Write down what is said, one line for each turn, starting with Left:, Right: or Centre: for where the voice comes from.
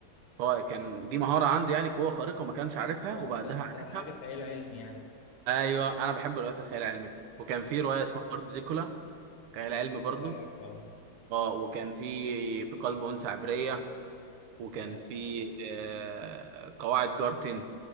Right: هو كان دي مهارة عنده يعني قوة خارقة ما كانش عارفها
Left: اه
Right: وبعدها
Left: انت انت
Right: عارفها
Left: حاجة خيال علمي يعني
Right: أيوه أنا بحب روايات الخيال العلمي وكان
Left: اه
Right: في رواية اسمها أرض زيكولا خيال علمي
Left: أرض كول
Right: برضه
Left: عارفها اه
Right: اه وكان في في قلب أنثى عبرية وكان
Left: لا
Right: في آه،
Left: مم.
Right: قواعد جارتن